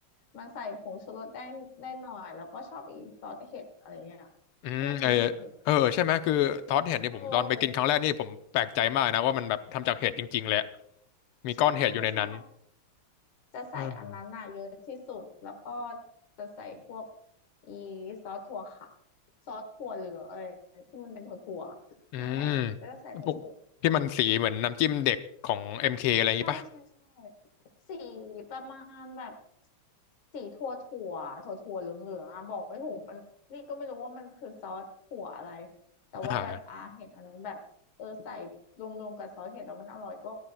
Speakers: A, on the left (about 70°); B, on the left (about 85°).
A: มันใส่ผงชูรสได้ได้หน่อยแล้วก็ชอบอีซอสเห็ดอะไรเงี้ย
B: อืมเออ
A: ที่มันเป็นเห็ดเห็ด
B: เออใช่ไหมคือทอดเห็ดเนี่ยผมตอนไปกินครั้งแรกนี่ผมแปลกใจมากนะว่ามันแบบทำจากเห็ดจริงๆเลยอะ
A: โอ้
B: มีก้อนเห็ดอยู่ในนั้น
A: ใช่ใช่ จะใส่อันนั้นน่ะเยอะที่สุดแล้วก็
B: เออ
A: จะใส่พวกอีซอสถั่วค่ะซอสถั่วเหลืองเอ้ยที่มันเป็นถั่วถั่ว
B: อืม
A: นั่นแหละก็จะใส่ผสม
B: พวกที่มันสีเหมือนน้ำจิ้มเด็กของเอ็มเคอะไรอย่างงี้ปะ
A: ใช่ใช่ใช่สีประมาณแบบสีถั่วถั่วถั่วถั่วเหลืองเหลืองอ่ะบอกไม่ถูกมันนี่ก็ไม่รู้ว่ามันคือซอสถั่วอะไรแต่ว่าแบบอาเห็นอันนั้นแบบเออใส่รวมๆกับซอสเห็ดแล้วมันอร่อยก็
B: อ่า